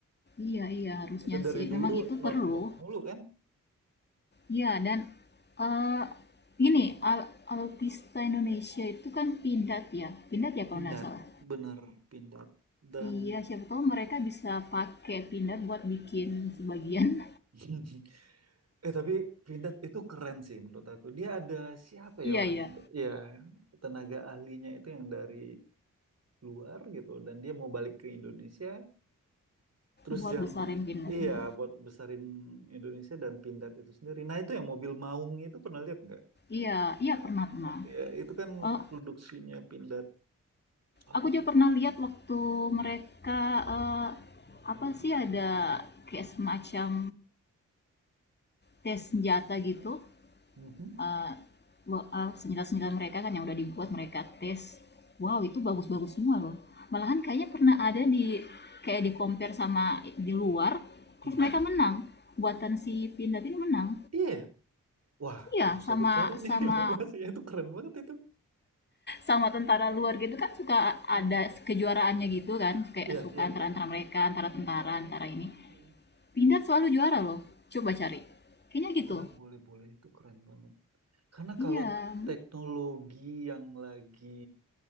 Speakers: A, on the left; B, on the right.
A: Iya iya
B: Ya,
A: harusnya
B: kita dari
A: sih,
B: dulu
A: memang itu
B: non-blok
A: perlu.
B: mulu kan,
A: Iya dan eh ini al- autista Indonesia itu kan pindat ya, pindat ya kalau
B: pindad,
A: nggak salah.
B: bener pindad. Dan
A: Iya, siapa tahu mereka bisa pakai peanut buat bikin sebagian. <laughs>
B: <laughs> Eh tapi Pindad itu keren sih menurut aku. Dia ada siapa
A: Iya,
B: ya orang
A: iya.
B: ya tenaga ahlinya itu yang dari luar gitu dan dia mau balik ke Indonesia terus
A: Buat
B: yang
A: besarin peanutnya.
B: iya buat besarin Indonesia dan Pindad itu sendiri. Nah itu yang mobil Maung itu pernah lihat nggak?
A: Iya,
B: Arina.
A: iya pernah pernah.
B: Iya itu kan
A: Eh,
B: produksinya Pindad satu.
A: aku juga pernah lihat waktu mereka eh, apa sih ada kayak semacam tes senjata gitu.
B: Mhm,
A: eh, wa- eh, senjata-senjata mereka kan yang udah dibuat mereka tes wow itu bagus-bagus semua loh malahan kayaknya pernah ada di kayak di compare sama di luar
B: mhm.
A: terus mereka menang buatan si Pindad ini menang
B: Iya. ya? Wah
A: iya
B: harus
A: sama
B: aku cari nih
A: sama
B: <laughs> informasinya itu keren banget itu.
A: sama tentara luar gitu kan suka
B: Hmm.
A: ada kejuaraannya gitu kan kayak
B: Iya
A: suka
B: iya
A: antara
B: iya.
A: antara mereka antara tentara
B: Hmm,
A: antara ini
B: hmm.
A: Pindad selalu juara loh coba cari kayaknya gitu
B: Boleh, boleh, boleh. Itu keren banget. Karena
A: iya
B: kalau teknologi yang lagi